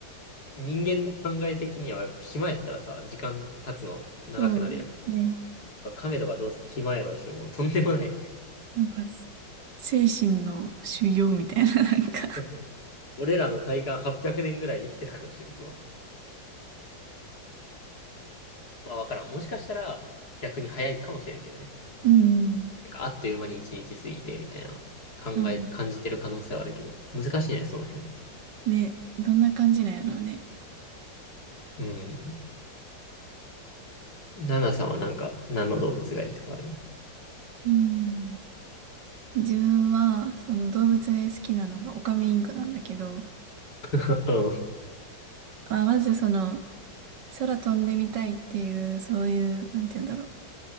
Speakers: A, on the left (about 55°); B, on the right (about 65°).
A: 人間の考え的にはやっぱ暇やったらさ、時間経つの長くなるやん。
B: そうね。
A: 亀とかどうせ暇やろうし、もうとんでもない
B: なんか、精神の修行みたいな、なんか、
A: <laughs> 俺らの体感800年ぐらい生きてるかもしれん、そう。まあわからん。もしかしたら逆に早いかもしれんけどね。
B: うん。
A: なんかあっという間に1日過ぎてみたいな考え、
B: あ
A: 感じてる可能性はあるけど。難しいね、その辺。
B: ね、どんな感じなんやろうね。
A: うん。ナナさんはなんか何の動物がいいとかあるの
B: うん。自分は、その動物で好きなのがオカメインコなんだけど、
A: <laughs>
B: まあ、まずその、空飛んでみたいっていう、そういう、なんて言うんだろう。